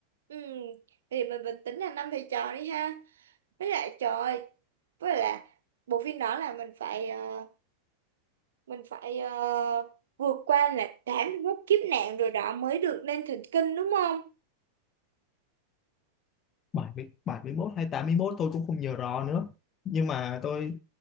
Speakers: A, on the right; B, on the left.
A: ừ. thì mình, mình tính là năm thầy trò đi ha với lại trời ơi, với lại là bộ phim đó là mình phải ờ, mình phải ờ, vượt qua là 81 kiếp nạn rồi đó mới được lên thỉnh kinh đúng không
B: bảy bảy mươi bảy mươi 71 hay 81 tôi cũng không nhớ rõ nữa nhưng mà tôi